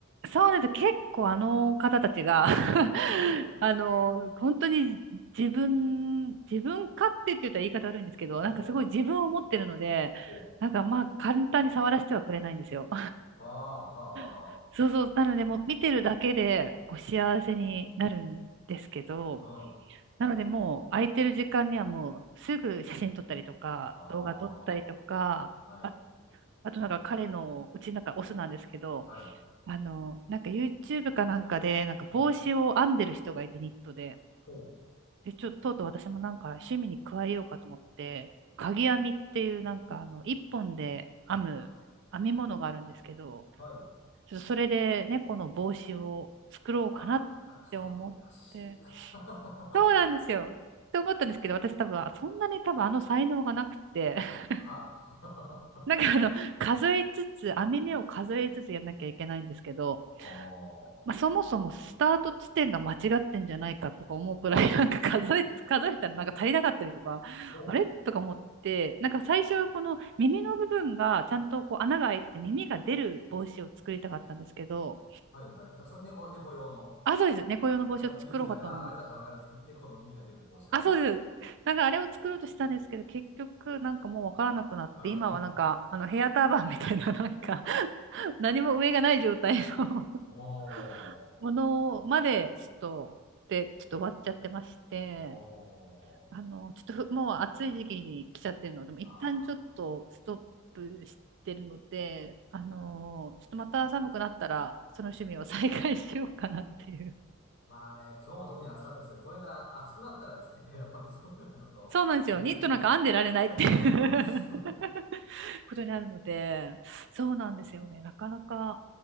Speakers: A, on the right; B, on the left.
A: そうなんです。結構あの方たちが <laughs>
B: <laughs>
A: あの、本当に自分、自分勝手って言ったら言い方悪いんですけど、なんかすごい自分を持ってるので、
B: ほう、ほう。
A: なんかまあ簡単に触らせてはくれないんですよ。
B: ああ、はあ、はあ、
A: <laughs>
B: はあ。
A: そうそう。なのでもう見てるだけでこう幸せになるんですけど、
B: うん。
A: なのでもう空いてる時間にはもうすぐ写真撮ったりとか、
B: あ
A: 動画撮ったりとか、
B: あ、はい、
A: ああとなんか彼の、うちなんかオスなんですけど、
B: はい。
A: あの、なんか YouTube かなんかで、なんか帽子を編んでる人がいてニットで、
B: ほう、ほ
A: で、ちょ、ととうとう私もなんか趣味に加えようかと思って、鍵編みっていうなんかあの、一本で編む編み物があるんですけど、
B: う、はい。
A: ちょっとそれで猫の帽子を作ろうかなって思って、
B: うわあ、かわいらしいな。
A: そうなんですよ。
B: <laughs>
A: って思ったんですけど、私多分、そんなに多分あの才能がなくて、<laughs>
B: はあ。
A: なんかあの、
B: <laughs>
A: 数えつつ、編み目を数えつつやんなきゃいけないんですけど、
B: おー。
A: まあ、そもそもスタート地点が間違ってんじゃないかとか思うくらい、<laughs> なんか数え、数えたらなんか足りなかったりとか、
B: ほう。
A: あれとか思って、なんか最初はこの耳の部分がちゃんとこう穴が開いてて耳が出る帽子を作りたかったんですけど、
B: はいはい。そ、そ、猫、猫用の。
A: あ、そうです。猫用の帽子を作ろうかと思う。
B: はい。耳がね、ああ、あります。はいわかります。猫の耳が出る帽子。はいはい。
A: あ、そうです。なんかあれを作ろうとしたんですけど、結局なんかもうわからなくなって、
B: あら。
A: 今はなんかあのヘアターバンみたいななんか
B: <laughs>
A: <laughs> 何も上がない状態の
B: おー。
A: <laughs> ものまでちょっと、で、ちょっと終わっちゃってまして、
B: おー。
A: あの、ちょっともう暑い時期に来ちゃってるので、もう一旦ちょっとストップしてるので、
B: あ
A: あのちょっとまた寒くなったら、
B: あ。はいはい。そうですよね。
A: その趣味を再開しようかなっていう。
B: まあね、今日も特に暑かったですけど、これから暑くなったらですね、<laughs> やっぱりそういうのがちょっといらなくなりますね。
A: そうなんですよ。ニットなんか編んでられないっていう
B: <laughs> そうそう
A: <laughs> ことになるので、そうなんですよね。なかなか、